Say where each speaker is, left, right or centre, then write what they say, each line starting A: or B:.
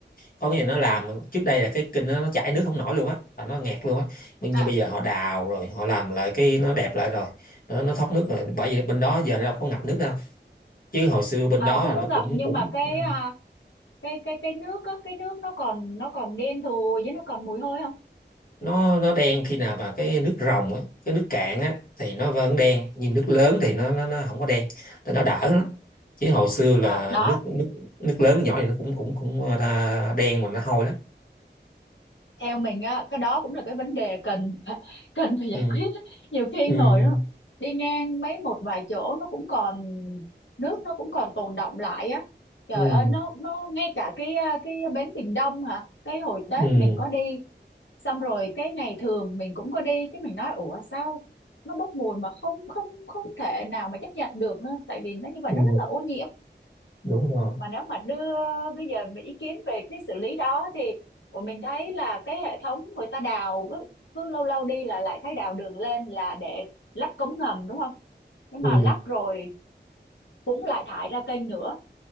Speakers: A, on the left (about 50°); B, on the left (about 85°).
A: có nghĩa là nó làm trước đây là cái kênh nó, nó chảy nước không nổi luôn á là nó nghẹt luôn á nhưng nhưng
B: à,
A: bây giờ họ đào rồi họ làm lại cái nó đẹp lại rồi nó, nó thoát nước rồi bởi vì bên đó giờ nó đâu có ngập nước đâu chứ hồi xưa bên
B: à
A: đó
B: không
A: là
B: có
A: nó
B: ngập
A: cũng
B: nhưng
A: cũng
B: mà cái
A: ừ,
B: à, cái cái cái nước á cái nước nó còn nó còn đen thùi với nó còn mùi hôi không
A: nó nó đen khi nào mà cái nước ròng á cái nước cạn á thì nó vẫn đen nhưng nước lớn thì nó nó, nó không có đen thì nó đỡ lắm chứ hồi xưa là
B: à đó
A: nước nước nước lớn nước nhỏ thì nó cũng cũng cũng đa, đen mà nó hôi lắm
B: theo mình á cái đó cũng là cái vấn đề cần <laughs> cần phải giải
A: ừ
B: quyết á. nhiều khi
A: ừ
B: ngồi nó đi ngang mấy một vài chỗ nó cũng còn nước nó cũng còn tồn đọng lại á trời
A: ừ
B: ơi nó nó ngay cả cái à, cái bến Bình Đông hả cái hồi Tết
A: ừ
B: mình có đi xong rồi cái ngày thường mình cũng có đi cái mình nói ủa sao nó bốc mùi mà không không không thể nào mà chấp nhận được nữa tại vì nó như vậy
A: ừ
B: nó rất là ô nhiễm
A: đúng rồi
B: mà nếu mà đưa bây giờ mà ý kiến về cái xử lý đó thì của mình thấy là cái hệ thống người ta đào cứ, cứ lâu lâu đi là lại thấy đào đường lên là để lắp cống ngầm đúng không nhưng
A: ừ
B: mà lắp rồi cũng lại thải ra kênh nữa